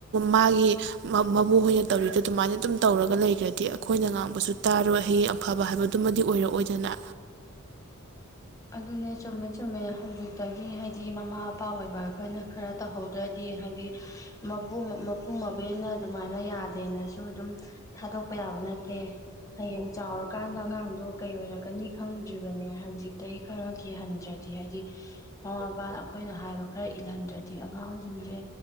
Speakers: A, on the right (about 55°); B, on the left (about 15°).
A: ꯃꯥꯒꯤ ꯃ ꯃꯕꯣꯛꯍꯣꯏꯅ ꯇꯧꯔꯤꯗ ꯑꯗꯨꯃꯥꯏꯅ ꯑꯗꯨꯝ ꯇꯧꯔꯒ ꯂꯩꯒꯔꯗꯤ ꯑꯩꯈꯣꯏꯅ ꯉꯥꯡꯕꯁꯨ ꯇꯥꯔꯣꯏ ꯍꯌꯦꯡ ꯑꯐꯕ ꯍꯥꯏꯕꯗꯨꯃꯗꯤ ꯑꯣꯏꯔꯛꯑꯣꯏꯗꯅ
B: ꯑꯗꯨꯅꯦ ꯆꯨꯃꯦ ꯆ ꯆꯨꯝꯃꯦ ꯍꯧꯖꯤꯛꯇꯒꯤ ꯍꯥꯏꯗꯤ ꯃꯃꯥ ꯃꯄꯥ ꯑꯣꯏꯕ ꯑꯩꯈꯣꯏꯅ ꯈꯔ ꯇꯧꯍꯧꯗ꯭ꯔꯗꯤ ꯍꯥꯏꯗꯤ ꯃꯄꯨ ꯃꯄꯨ ꯃꯕꯦꯅ ꯑꯗꯨꯃꯥꯏꯅ ꯌꯥꯗꯦꯅꯁꯨ ꯑꯗꯨꯝ ꯊꯥꯗꯣꯛꯄ ꯌꯥꯕ ꯅꯠꯇꯦ꯫ ꯍꯌꯦꯡ ꯆꯥꯎꯔꯀꯥꯟꯗ ꯑꯉꯥꯡꯗꯣ ꯀꯩ ꯑꯣꯏꯔꯛꯀꯅꯤ ꯈꯪꯗ꯭ꯔꯤꯕꯅꯦ ꯍꯧꯖꯤꯛ ꯑꯗꯩꯩ ꯈꯔ ꯀꯤꯍꯟꯗ꯭ꯔꯗꯤ ꯍꯥꯏꯗꯤ ꯃꯃꯥ ꯃꯄꯥꯅ ꯑꯩꯈꯣꯏꯅ ꯍꯥꯏꯕ ꯈꯔ ꯏꯜꯍꯟꯗ꯭ꯔꯗꯤ ꯑꯉꯥꯡꯁꯤꯡꯁꯦ